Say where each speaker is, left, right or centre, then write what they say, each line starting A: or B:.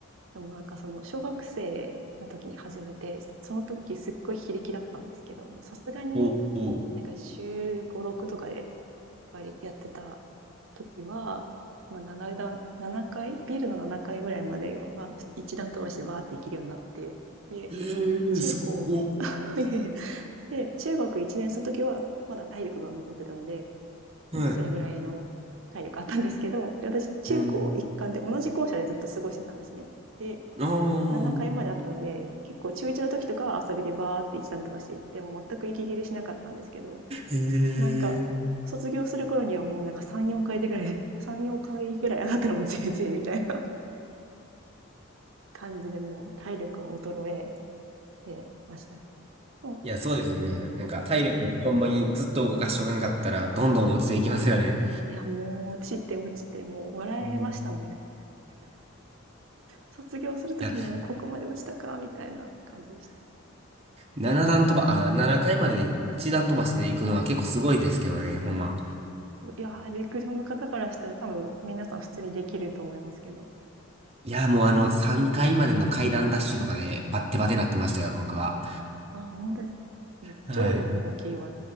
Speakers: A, on the right; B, on the right.
A: でもなんかその小学生の時に始めて、その時すっごい非力だったんですけど、さすがに
B: おお。
A: なんか週5、6とかでぱりやってた時は、まあ、7段、7階ビルの7階ぐらいまでは、1段飛ばしてバーって行けるようになって、で、
B: え
A: 中高、
B: えすごっ。
A: <laughs> で、中学1年生の時は、まだ体力が残ってたので、
B: はい。
A: それぐらいの体力あったんですけど、で私、中高一貫で同じ校舎でずっと過ごしてたんですね。
B: うん。
A: で、
B: ああ。
A: 7階まであったので、結構中1の時とかは遊びでバーって一段飛ばして行って、もう全く息切れしなかったんですけど、
B: へえ。
A: なんか、卒業する頃にはもうなんか3、4回でぐらいで、<laughs> 3、4回ぐらい上がったらもう全然みたいな <laughs> 感じでもう体力を衰えてましたね。も
B: いや、そうですよね。なんか、体力ってほんまにずっと動かしとかんかったら、どんどん落ちていきますよね。
A: いやもう落ちて落ちてもう笑えましたもんね。
B: うん。い
A: 卒業するときにはもうここまで落ちたか、
B: や、
A: みたいな感じでした。
B: 7段飛ば、あ、7回までに1段飛ばしで行くのは結構すごいですけどね、ほんま。
A: いやー、陸上の方からしたら多分皆さん普通にできると思いますけど。
B: いや、もうあの、3回までの階段ダッシュとかで、
A: うん、
B: バッテバテなってましたよ、僕は。
A: ああ、本当です。
B: はい。
A: 上下の動きは、